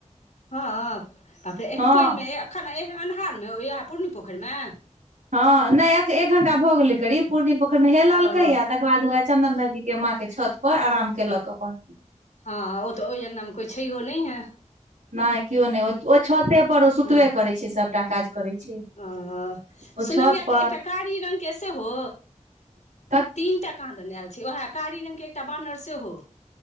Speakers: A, on the left; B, on the right.
A: हँ बापरे एहन
B: हँ
A: पानिमे मे ये एखन आ एहन अन्हारमे उएह पूर्नी पोखरिमे
B: हँ नहि अक एक घंटा भऽ गेले करीब पुरनी पोखरि मे हेललकै
A: ओ
B: ये तकर बाद हौवे चन्दन भाइजी के माँ के छत पर आराम केलक अपन
A: हँ ओतऽ ओहि अंगनामे कोइ छैहो नहिये
B: नहि केओ नहि ओ छते पर ओ सुतबे
A: हँ
B: करै छै सबटा काज करै छै
A: ओ
B: ओ
A: सुनलियै
B: छत पर
A: एकटा कारी रंग के सेहो
B: <inaudible>
A: तीन टा कहादन आयल छै ओएह कारी रंग के एकटा बानर सेहो